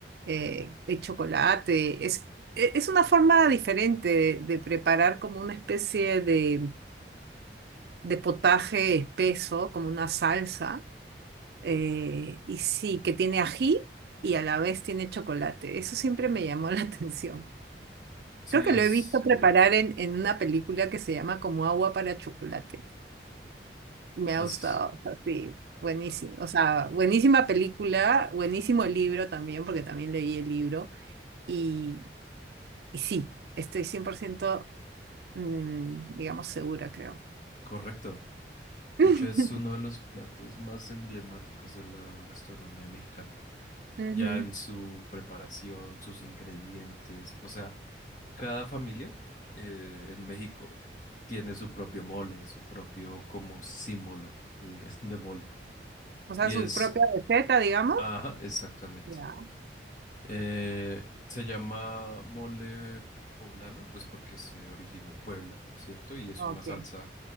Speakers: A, on the right; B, on the left.
A: eh, el chocolate. Es, e- es una forma diferente de, de preparar como una especie de, de potaje espeso, como una salsa, eh, y sí, que tiene ají y a la vez tiene chocolate. Eso siempre me llamó la <laughs> atención.
B: Sí,
A: Creo que
B: es...
A: lo he visto preparar
B: ujú,
A: en, en una película que se llama como agua para chocolate. Me ha
B: Así
A: gustado,
B: es.
A: o sea, sí, buenísimo.
B: Ah,
A: O sea, buenísima película, buenísimo libro también, porque también leí el libro. Y, y sí, estoy 100%, mm, digamos, segura, creo.
B: Correcto. De
A: <laughs>
B: hecho, es uno de los platos más emblemáticos de la gastronomía mexicana.
A: Ujú.
B: Ya en su preparación, sus ingredientes, o sea, Cada familia eh, en México tiene su propio mole, su propio como símbolo de, <laughs> de mole.
A: O sea,
B: Y
A: su
B: es,
A: propia receta, digamos.
B: ajá, exactamente.
A: Ya,
B: Eh, se llama mole poblano, pues porque se originó en Puebla, ¿cierto? Y es
A: ok.
B: una salsa